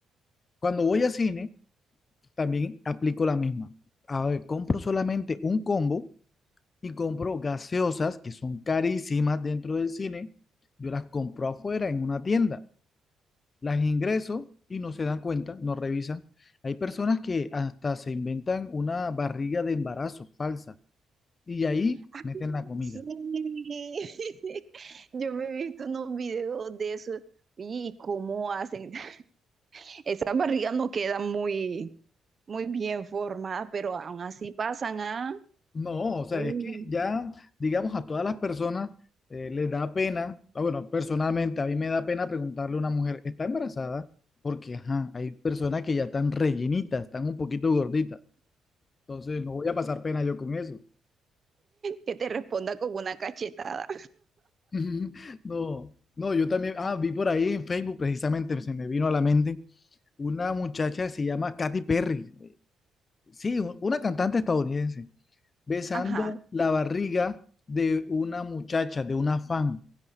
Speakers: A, on the left (about 35°); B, on the right (about 40°).
A: Cuando voy a cine, también aplico la misma. A ver, compro solamente un combo y compro gaseosas que son carísimas dentro del cine. Yo las compro afuera en una tienda. Las ingreso y no se dan cuenta, no revisan. Hay personas que hasta se inventan una barriga de embarazo falsa y ahí
B: Ay,
A: meten la comida.
B: Sí, <laughs> yo me he visto unos videos de eso y cómo hacen. <laughs> Esas barrigas no quedan muy, muy bien formadas, pero aún así pasan a
A: No, o sea,
B: Uy.
A: es que ya, digamos, a todas las personas eh, les da pena, ah, bueno, personalmente a mí me da pena preguntarle a una mujer, ¿está embarazada? Porque, ajá, hay personas que ya están rellenitas, están un poquito gorditas, entonces no voy a pasar pena yo con eso.
B: que te responda con una cachetada.
A: <laughs> No, no, yo también, ah, vi por ahí en Facebook, precisamente se me vino a la mente, una muchacha que se llama Katy Perry, eh, sí, u- una cantante estadounidense, besando
B: Ajá.
A: la barriga de una muchacha, de una fan.